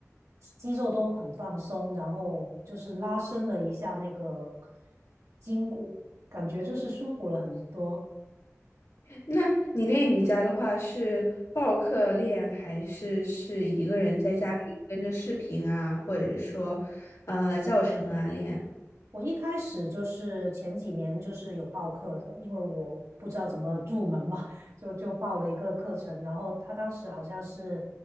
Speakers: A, on the right; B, on the left.
A: 肌肉都很放松，然后就是拉伸了一下那个筋骨，感觉就是舒服了很多。
B: 那你练瑜伽的话，是报课练，还是是一个人在家里跟着视频啊，或者是说呃教程啊练？
A: 我一开始就是前几年就是有报课的，因为我不知道怎么入门嘛，就就报了一个课程。然后他当时好像是，